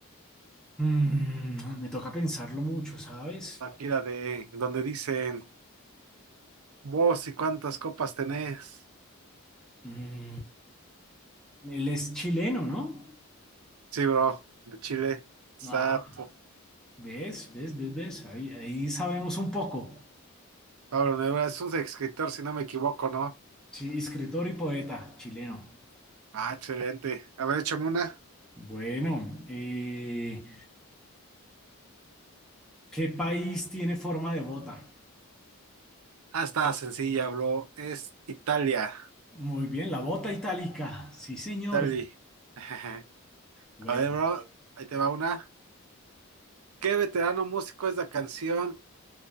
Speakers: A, in the centre; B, on the right.
A: mm, me toca pensarlo mucho, ¿sabes?
B: Aquí la de donde dicen vos y cuántas copas tenés.
A: Mm, él es chileno, ¿no?
B: Sí, bro, de Chile. Sapo.
A: Ah, ¿ves? ¿Ves? ¿Ves? ¿Ves? Ahí, ahí sabemos un poco.
B: Pablo Neruda es un escritor, si no me equivoco, ¿no?
A: Sí, escritor y poeta chileno.
B: Ah, excelente. A ver, échame una.
A: Bueno, eh, ¿qué país tiene forma de bota?
B: Ah, está sencilla, bro. Es Italia.
A: Muy bien, la bota itálica. Sí, señor.
B: Italia. <laughs>
A: Bueno,
B: A ver, bro, ahí te va una. ¿Qué veterano músico es la canción?